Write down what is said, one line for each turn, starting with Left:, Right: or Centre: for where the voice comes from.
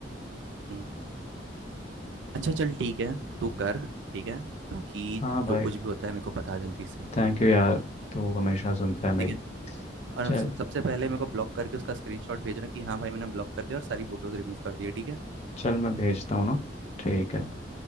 Right: हम्म। अच्छा चल ठीक है तू कर ठीक है बाकी
Left: हाँ भाई
Right: जो कुछ भी होता है मेरे को बता जल्दी से
Left: थैंक यू यार तू हमेशा सुनता है मेरी
Right: ठीक है और
Left: चल
Right: स- सबसे पहले मेरे को ब्लॉक करके उसका स्क्रीनशॉट भेजना कि हाँ भाई मैंने ब्लॉक कर दिया और सारी फोटोज रिमूव कर दिया ठीक है
Left: चल मैं भेजता हूँ ना ठीक है